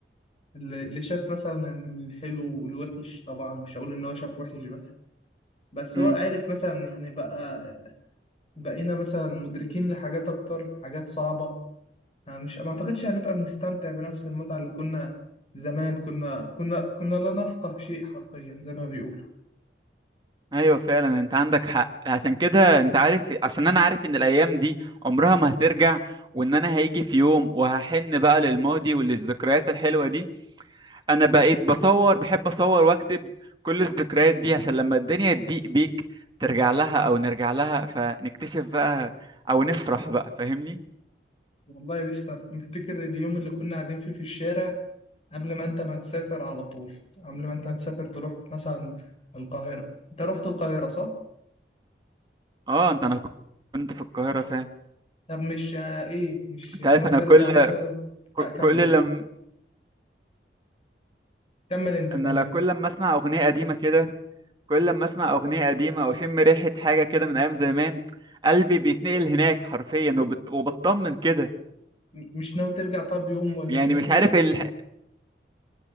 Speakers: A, on the left; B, on the right.
A: اللي اللي شاف مثلا الحلو والوحش طبعا مش هقول إن هو شاف وحش بس بس
B: امم
A: هو عارف مثلا يعني بقى بقينا مثلا مدركين لحاجات أكتر حاجات صعبة يعني مش ما اعتقدش هنبقى بنستمتع بنفس المتعة اللي كنا زمان كنا كنا كنا لا نفقه شيء حرفيا زي ما بيقولوا
B: ايوه فعلا انت عندك حق عشان كده انت عارف عشان انا عارف ان الايام دي عمرها ما هترجع وان انا هيجي في يوم وهحن بقى للماضي وللذكريات الحلوة دي انا بقيت بصور بحب اصور واكتب كل الذكريات دي عشان لما الدنيا تضيق بيك ترجع لها او نرجع لها فنكتشف بقى او نفرح بقى فاهمني
A: والله لسه مفتكر اليوم اللي كنا قاعدين فيه في الشارع قبل ما انت ما تسافر على طول قبل ما انت ما تسافر تروح مثلا القاهرة انت رحت القاهرة صح؟
B: اه انت انا كنت في القاهرة فعلا
A: طب مش آه، ايه مش
B: انت
A: ناوي
B: عارف انا
A: ترجع
B: كل
A: مثلا لا كمل
B: كل
A: كمل
B: لما
A: كمل انت كمل
B: انا لا
A: انت
B: كل لما اسمع اغنية قديمة كده كل لما اسمع اغنية قديمة او اشم ريحة حاجة كده من ايام زمان قلبي بيتنقل هناك حرفيا وبت... وبطمن كده
A: م- مش ناوي ترجع طب يوم ولا
B: يعني
A: يومين
B: مش
A: كده
B: عارف
A: نست...
B: ال...